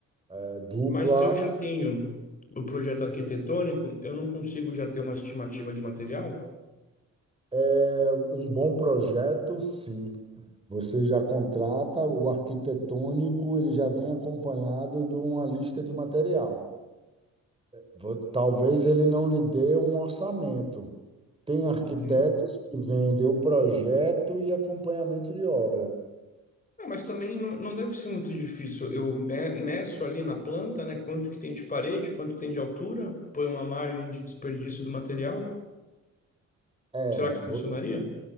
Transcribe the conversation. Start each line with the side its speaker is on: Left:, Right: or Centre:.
Right: eh, dupla,
Left: Mas se eu já tenho o projeto arquitetônico, eu não consigo já ter uma estimativa de material?
Right: é um bom projeto, sim. Você já contrata o arquitetônico, ele já vem acompanhado de uma lista de material. Vo- Talvez ele não lhe dê um orçamento. Tem arquitetos
Left: Uhum.
Right: que vendem o projeto e acompanhamento de obra.
Left: Ah, mas também não, não deve ser muito difícil. Eu me- meço ali na planta, né, quanto que tem de parede, quanto tem de altura, põe uma margem de desperdício do material.
Right: É,
Left: Será que funcionaria?